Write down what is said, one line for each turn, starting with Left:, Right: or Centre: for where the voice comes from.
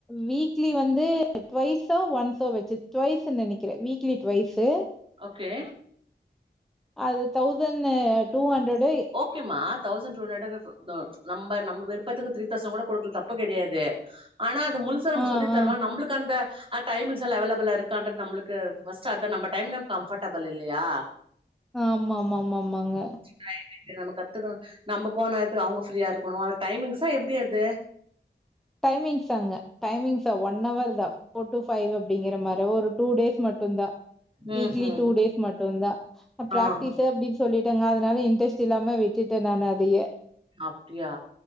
Centre: weekly வந்து ட்வைஸோ ஒன்ஸோ வச்சு ட்வைஸ்ன்னு நெனக்கிற வீக்லி ட்வைஸு
Right: ஓகே
Centre: அது தௌசண்னு டூ ஹண்ட்ரடு
Right: கே மா தெளசண்ட் டூ ஹண்ட்ரெட் <unintelligible> நம்ப நம்ப விருப்பத்துக்கு த்ரீ தெளசண் கூட குடுக்குல தப்பு கெடையாது ஆனா அது முழு சோ நம்ளு
Centre: ஆ,
Right: சொல்லி தரவா
Centre: ஆ.
Right: நம்ப்ளுக்கு அந்த அ டைமிங்ஸ்ல்லா அவைலபுளா இருக்கான்றது நம்ளுக்கு ஃபர்ஸ்ட் அத நம்ப டைம் நம் கம்பஃப்டபிள் இல்லயா
Centre: ஆம்மாமமமாங்க
Right: டைம் என்ன நம்ம கத்துக்கணு நம்ப போன நேரத்துக்கு அவுங்க ஃப்ரீயா இருக்குணு அது டைமிங்ஸா எப்டி அது
Centre: டைமிங்ஸ் அங்க டைமிங்ஸ ஒன் அவர் தா ஃபோர் டு ஃபைவ் அப்டிங்கற மாரி ஒரு டூ டேஸ் மட்டுந்தா
Right: ம்
Centre: வீக்லி
Right: ம்
Centre: டூ டேஸ் மட்டுந்தா அ ப்ராக்டிஸ
Right: ஆஹ்
Centre: அப்டி சொல்லிட்டங்க அதுனால இன்டஸ்ட் இல்லாம விட்டுட்ட நானு அதயே
Right: அப்டியா